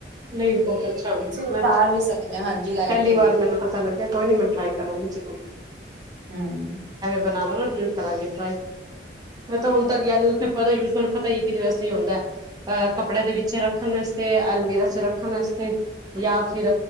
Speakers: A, on the right; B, on the right.
A: ਨਹੀਂ ਬਹੁਤ ਅੱਛਾ,
B: ਉਤਾਰ
A: ਮੈਂ ਪਹਿਲੀ
B: ਵੀ ਸਕਦੇ ਹਾਂ ਹਾਂਜੀ ਲਾਈਫ ਦੇ ਅੰਦਰ
A: ਵਾਰ ਮੈਨੂੰ ਪਤਾ ਲੱਗਿਆ, ਕੋਈ ਨੀ ਮੈਂ ਟਰਾਈ ਕਰਾਂਗੀ ਜ਼ਰੂਰ।
B: ਹਮਮ।
A: ਬਣਾਲੋ ਨਾ ਫੇਰ ਕਰਾ ਗੇ ਟ੍ਰਾਈ, ਮੈ ਤਾ ਹੁਣ ਤਕ ਜਿਆਦਾਤਰ ਪੇਪਰ ਦਾ ਯੂਜ ਪਤਾ ਹੀ ਹੈ, ਕਿਦੇ ਵਾਸਤੇ ਹੁੰਦੈ ਆ ਕੱਪੜੇਯਾ ਦੇ ਵਿਚ ਰੱਖਣ ਵਾਸਤੇ ਅਲਮੀਰਾ ਚ ਰੱਖਣ ਵਾਸਤੇ ਯਾ ਫਿਰ